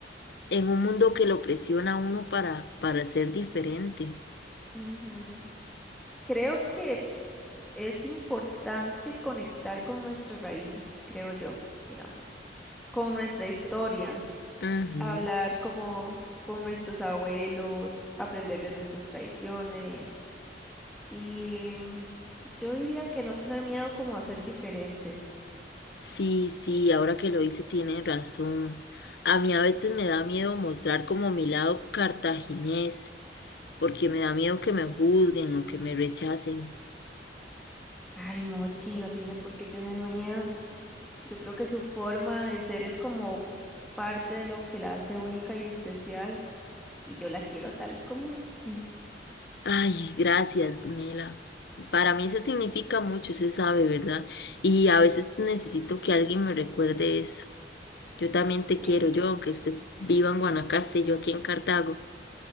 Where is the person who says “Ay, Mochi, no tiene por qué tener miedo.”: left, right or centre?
Centre